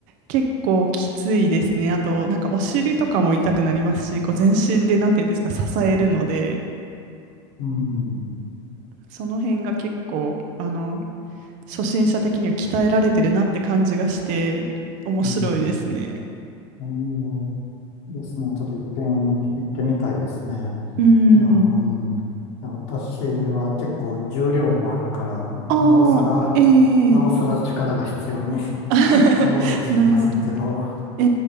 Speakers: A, on the right; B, on the left.
A: 結構きついですね。あと、なんかお尻とかも痛くなりますし、こう全身で、なんていうんですか、支えるので、
B: うん。
A: その辺が結構、あの、初心者的には鍛えられてるなって感じがして、面白いですね。
B: うん。そうですね。ちょっと一遍行ってみたいですね。
A: うー
B: いや、うん、
A: ん。
B: いや私は結構重量もあるから、
A: ああ、
B: なおさら、
A: ええ
B: なおさら力が必要に
A: <laughs>
B: <laughs> なるかもしれませんけど。
A: なるほど。え